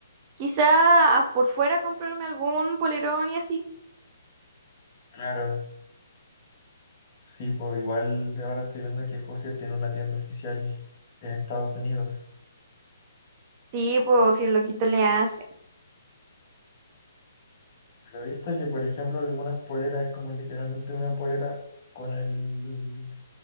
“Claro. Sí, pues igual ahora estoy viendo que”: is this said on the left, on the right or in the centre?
Left